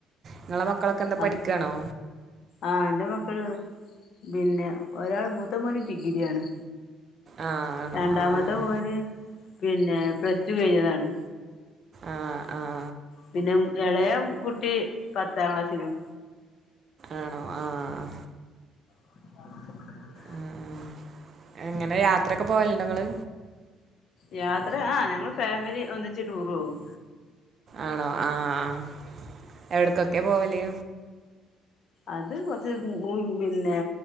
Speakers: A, on the right (about 45°); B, on the left (about 60°).
A: നിങ്ങളെ മക്കളൊക്കെ എന്താ
B: ആഹ്
A: പഠിക്കാണോ.
B: ആഹ് എന്റെ മക്കള് പിന്നെ ഒരാൾ മൂത്ത മോന് ഡിഗ്രിയാണ്
A: ആഹ് ആണോ
B: രണ്ടാമത്തെ
A: ആഹ്
B: മോന് പിന്നെ പ്ലസ്റ്റു കയിഞ്ഞതാണ്
A: ആഹ് ആഹ്
B: പിന്നെ എളയ കുട്ടി പത്താ ക്ലാസ്സിലും
A: ആണോ ആഹ്
B: <inaudible>
A: ഉം എങ്ങനെ യാത്രയക്കെ പോവലുണ്ടങ്ങള്
B: യാത്ര ആഹ് ഞങ്ങള് ഫാമിലി ഒന്നിച്ച് റ്റൂർ പോവും
A: ആണോ ആഹ് എവിടക്കൊക്കെ പോവല്
B: അത് കൊറച്ച് മൂ പിന്നെ